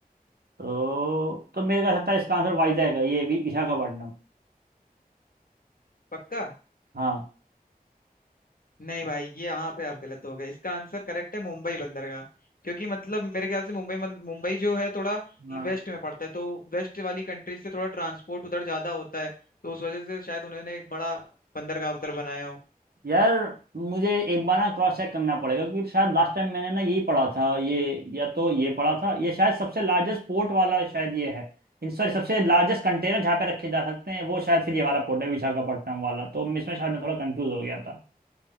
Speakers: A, on the right (about 80°); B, on the left (about 65°).
A: तो तो मेरे को ऐसा था इसका आंसर वाइजैक है ये वि- विशाखापट्टनम
B: पक्का
A: हाँ
B: नहीं भाई ये यहाँ पे आप गलत हो गए इसका आंसर करेक्ट है मुंबई बंदरगाह क्योंकि मतलब मेरे ख्याल से मुंबई बं- मुंबई जो है थोड़ा
A: हाँ
B: वेस्ट में पड़ता है तो वेस्ट वाली कंट्री से थोड़ा ट्रांसपोर्ट उधर ज्यादा होता है तो उस वजह से शायद उन्होंने एक बड़ा बंदरगाह उधर बनाया हो
A: यार मुझे एक बार ना क्रॉस चेक करना पड़ेगा क्योंकि शायद लास्ट टाइम मैंने ना यही पढ़ा था ये या तो ये पढ़ा था ये शायद सबसे लार्जेस्ट पोर्ट वाला शायद ये है इन सॉरी सबसे लार्जेस्ट कंटेनर जहाँ पे रखे जा सकते हैं वो शायद फिर ये वाला पोर्ट है विशाखापट्टनम वाला तो इसमें शायद मैं थोड़ा कंफ्यूज हो गया था